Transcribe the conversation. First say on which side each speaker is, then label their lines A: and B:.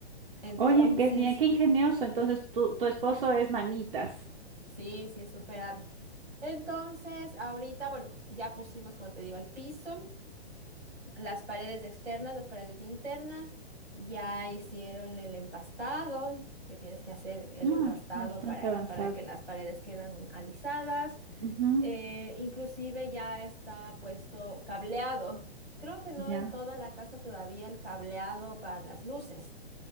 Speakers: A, on the right; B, on the right.
A: Entonces.
B: Oye, qué bien, qué ingenioso. Entonces, tu, tu esposo es manitas.
A: Sí, sí, es súper hábil. Entonces, ahorita, bueno, ya pusimos, como te digo, el piso, las paredes externas, las paredes internas, ya hicieron el empastado, que tienes que hacer el
B: No,
A: empastado
B: está bastante
A: para,
B: avanzado.
A: para que las paredes quedan alisadas.
B: Ujú,
A: Eh, inclusive ya está puesto cableado. Creo que no
B: ya.
A: en toda la casa todavía el cableado para las luces.